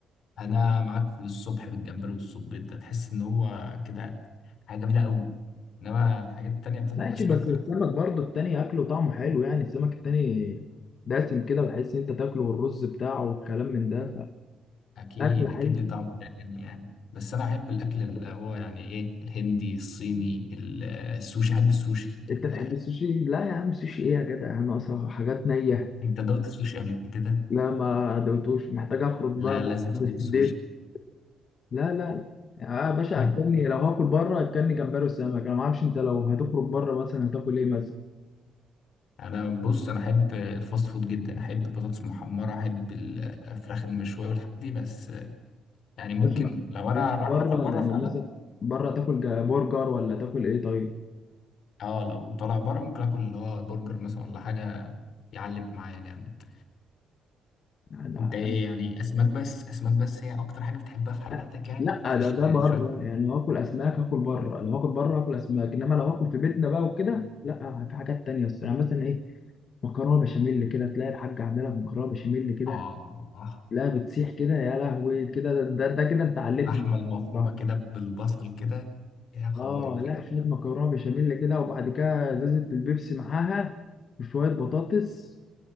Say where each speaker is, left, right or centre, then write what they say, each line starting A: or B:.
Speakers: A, on the left; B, on the left.
A: انا معاك في الصبح بالجمبري والصبيط ده تحس ان هو كده حاجه جميله قوي انما الحاجات التانية بتاعت
B: ماشي
A: الاسماك
B: بس
A: ده
B: السمك
A: لأ.
B: برضو التاني اكله طعمه حلو يعني السمك التاني دسم كده وتحس ان انت تاكله والرز بتاعه والكلام من ده
A: اكيد
B: فاكل حلو
A: اكيد ليه طعم تاني يعني بس انا احب الاكل اللي هو يعني ايه الهندي الصيني ال- السوشي احب السوشي ال-
B: انت تحب السوشي لا يا عم السوشي ايه يا جدع انا اصلا حاجات نية
A: انت دوت السوشي قبل كده
B: لا ما دوتوش محتاج اخرج بقى
A: لا لازم
B: مع
A: تدوق
B: الديت
A: السوشي
B: لا لا لا آه يا باشا
A: <laughs>
B: اكلني لو هاكل بره اكلني جمبري وسمك انا ما اعرفش انت لو هتخرج بره مثلا هتاكل ايه مثلا
A: انا بص انا احب الفاست فود جدا احب البطاطس المحمره احب الفراخ المشويه والحاجات دي بس يعني ممكن
B: بس
A: لو
B: بس
A: انا رايح
B: بره
A: اكل بره
B: يعني
A: فعلا
B: مثلا بره تاكل جا- برجر ولا تاكل ايه طيب
A: اه لو طالع بره ممكن اكل اللي هو برجر مثلا ولا حاجه يعلم معايا جامد
B: يعني
A: انت ايه يعني اسماك بس اسماك بس هي اكتر حاجه بتحبها في حياتك
B: لا
A: يعني
B: لا
A: مفيش
B: ده ده بره
A: شويه
B: يعني لو هاكل اسماك هاكل بره لو هاكل بره هاكل اسماك انما لو هاكل في بيتنا بقى وكده لا في حاجات تانية بس يعني مثلا ايه مكرونه بشاميل كده تلاقي الحاجه عامله لك مكرونه بشاميل كده
A: اه آه.
B: لا بتسيح كده يا لهوي كده ده ده, ده كده انت علتني
A: اللحمه المفرومه
B: صح
A: كده بالبصل كده يا خبر
B: اه
A: ابيض
B: لا شويه مكرونه بشاميل كده وبعد كده ازازه البيبسي معاها وشويه بطاطس